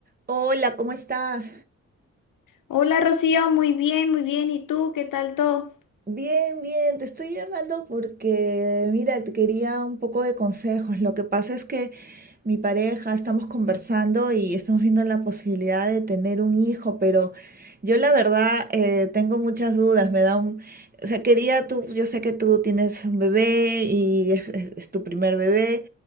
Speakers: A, on the right; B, on the left.
A: Hola, ¿cómo estás?
B: Hola Rocío, muy bien, muy bien. ¿Y tú? ¿Qué tal todo?
A: Bien, bien, te estoy llamando porque, mira, te quería un poco de consejos. Lo que pasa es que mi pareja estamos conversando y estamos viendo la posibilidad de tener un hijo, pero yo la verdad eh, tengo muchas dudas. Me da un, o sea, quería tú, yo sé que tú tienes un bebé y es, es- es tu primer bebé.